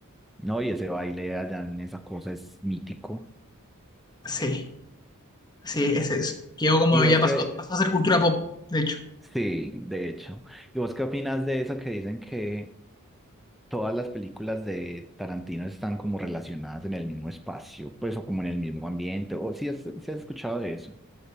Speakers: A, in the centre; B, on the left (about 20°).
A: No, y ese baile allá en esa cosa es mítico.
B: Sí, sí, ese es. Quedó como
A: Y vos
B: ya pasó,
A: qué,
B: pasó a ser cultura pop, de hecho.
A: sí, de hecho. ¿Y vos qué opinas de eso que dicen que todas las películas de Tarantino están como relacionadas en el mismo espacio, pues o como en el mismo ambiente? ¿O si has, sí has escuchado de eso?